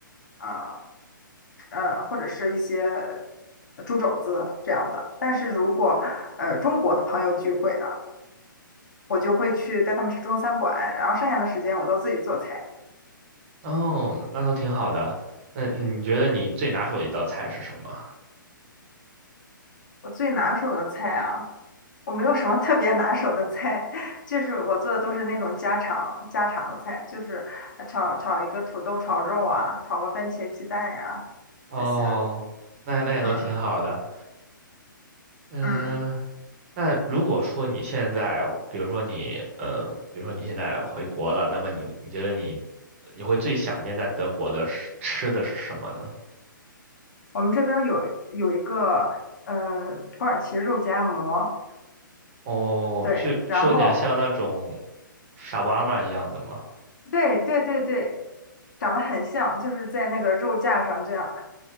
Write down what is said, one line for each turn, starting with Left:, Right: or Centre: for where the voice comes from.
Left: 啊，呃，或者是一些猪肘子这样的。但是如果呃中国朋友聚会呢，我就会去带他们吃中餐馆，然后剩下的时间我都自己做菜。
Right: 哦，那都挺好的。那你觉得你最拿手的一道菜是什么？
Left: 我最拿手的菜啊。我没有什么特别拿手的菜，<laughs> 就是我做的都是那种家常家常的菜，就是炒炒一个土豆炒肉啊，炒个番茄鸡蛋呀、
Right: 哦，
Left: 这些。
Right: 那那也都挺好的。
Left: 嗯
Right: 嗯，
Left: 嗯，
Right: 那如果说你现在，比如说你，嗯，比如说你现在回国了，那么你你觉得你你会最想念在德国的是吃的是什么呢？
Left: 我们这边儿有有一个嗯土耳其肉夹馍，
Right: 哦，
Left: 对，
Right: 就是有点像那种
Left: 然后
Right: 沙瓦玛一样的吗？
Left: 对对对对，长得很像，就是在那个肉架上这样